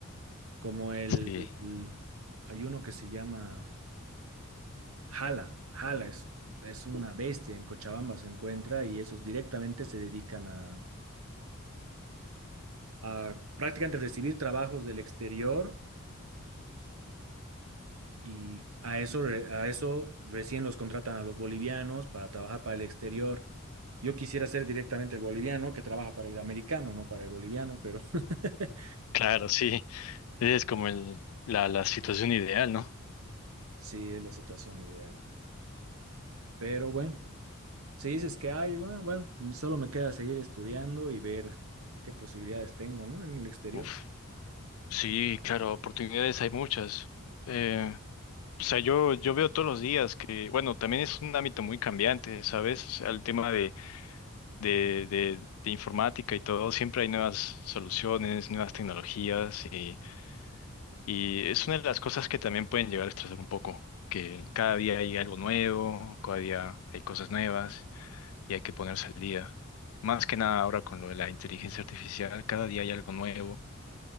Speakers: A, on the right (about 80°); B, on the left (about 80°).
A: como el,
B: sí,
A: el- hay uno que se llama Jala, Jala es, es una bestia, en Cochabamba se encuentra y esos directamente se dedican a, a prácticamente recibir trabajos del exterior y a eso, re- a eso recién los contratan a los bolivianos para trabajar para el exterior. Yo quisiera ser directamente el boliviano que trabaja para el americano, no para el boliviano, pero <laughs>
B: claro, sí, es como el, la, la situación ideal, ¿no?
A: sí es la situación ideal. Pero bueno. Si dices que hay, bueno, bueno, mm, solo me queda seguir estudiando y ver qué posibilidades tengo, ¿no? En el exterior.
B: Uf, sí, claro, oportunidades hay muchas. Eh, O sea, yo, yo veo todos los días que, bueno, también es un ámbito muy cambiante, ¿sabes? O sea, el tema de, de, de, de informática y todo, siempre hay nuevas soluciones, nuevas tecnologías y, y es una de las cosas que también pueden llegar a estresar un poco, que cada día hay algo nuevo, cada día hay cosas nuevas y hay que ponerse al día. Más que nada ahora con lo de la inteligencia artificial, cada día hay algo nuevo